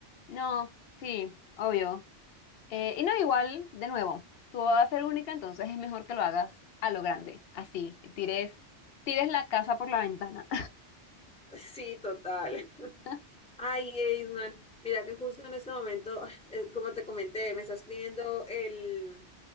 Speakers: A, on the left; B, in the centre.
A: No, sí, obvio. Eh, y no, igual, de nuevo, tú vas a ser única, entonces es mejor que lo hagas a lo grande, así, que tires, tires la casa por la ventana.
B: <laughs> Sí, total.
A: <laughs>
B: Ay, Eisman, mira que justo en este momento, <laughs> <sighs> eh, como te comenté, me está escribiendo el,